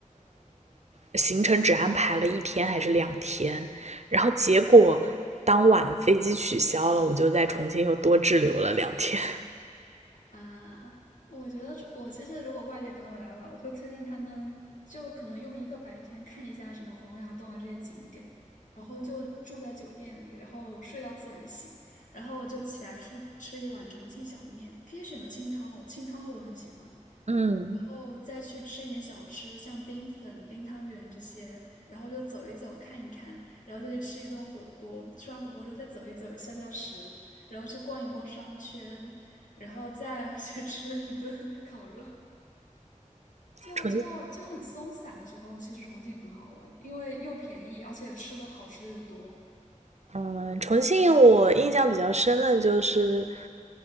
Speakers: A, on the right; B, on the left.
A: 行程只安排了一天还是两天，然后结果当晚飞机取消了，我就在重庆又多滞留了两天。<laughs>
B: 啊，我觉得这我其实如果外地朋友来玩，我会推荐他们就可能用一个白天看一下什么洪崖洞啊这些景点，然后就住在酒店里，然后睡到自然醒，然后就起来吃吃一碗重庆小面，可以选择清汤哦，清汤我很喜欢。
A: 嗯，
B: 然后再去吃一点小吃，像冰粉、冰汤圆这些，然后就走一走、看一看，然后再去吃一顿火锅。吃完火锅之后再走一走、消消食，然后去逛一逛商圈，然后再 <laughs> 去吃一顿烤肉。就就就很松散的时候，
A: 重
B: 其实重庆很好玩，因为又便宜，而且吃的好吃的又多。
A: 嗯，重庆我印象比较深的就是，